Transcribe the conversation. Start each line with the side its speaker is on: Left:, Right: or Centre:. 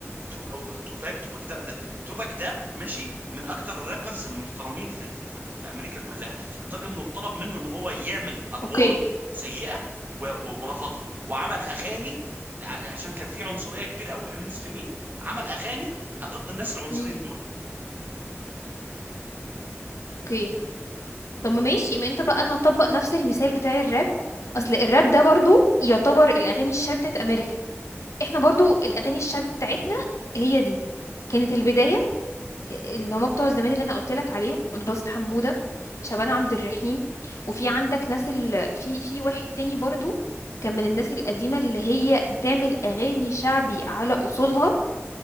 Right: توب- أو- توباك توباك ده, ده توباك ده ماشي من اكتر الرابرز المحترمين في, في, في, في امريكا كلها لدرجه انه اتطلب منه ان هو يعمل ادوار
Left: اوكي
Right: سيئه و- و- ورفضها وعمل اغاني ع- عشان كان في عنصريه كبيره قوي للمسلمين عمل اغاني ضد الناس العنصريين
Left: مم.
Right: دول
Left: اوكي طب ما ماشي ما انت بقى انا هطبق نفس المثال بتاع الراب اصل الراب ده برضو يعتبر الاغاني الشعبي بتاعت امريكا احنا برضو الاغاني الشعبي بتاعتنا هي دي كانت البدايه اللي هما بتوع زمان اللي انا قلت لك عليهم اتبسط حموده شعبان عبد الرحيم وفي عندك ناس ال... في في واحد تاني برضو كان من الناس القديمه اللي هي بتعمل اغاني شعبي على اصولها